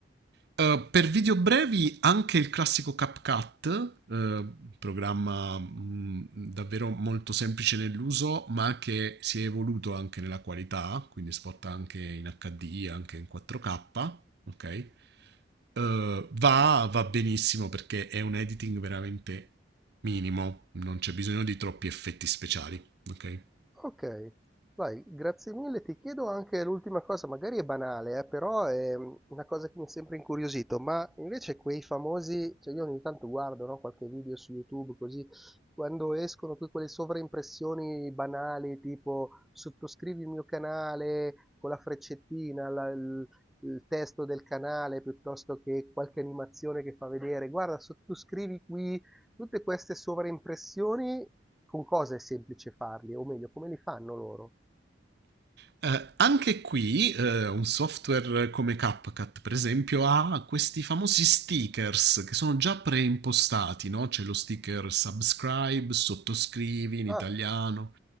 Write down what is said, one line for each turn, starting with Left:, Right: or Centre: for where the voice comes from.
Right: eh, per video brevi anche il classico CapCut, eh, programma mh, davvero molto semplice nell'uso, ma che si è evoluto anche nella qualità, quindi spot anche in HD, anche in 4K, ok? eh, va, va benissimo perché è un editing veramente minimo, non c'è bisogno di troppi effetti speciali, ok?
Centre: Ok, vai, grazie mille. Ti chiedo anche l'ultima cosa, magari è banale, eh, però è mm, una cosa che mi ha sempre incuriosito, ma invece quei famosi, cioè io ogni tanto guardo, no, qualche video su YouTube così, quando escono poi quelle sovraimpressioni banali, tipo sottoscrivi il mio canale con la freccettina, la- il, il testo del canale, piuttosto che qualche animazione che fa vedere, guarda, sottoscrivi qui, tutte queste sovraimpressioni con cosa è semplice farli, o meglio, come li fanno loro.
Right: Eh, anche qui eh, un software come CapCut, per esempio, ha questi famosi stickers che sono già preimpostati, no? C'è lo sticker subscribe, sottoscrivi in
Centre: Ah,
Right: italiano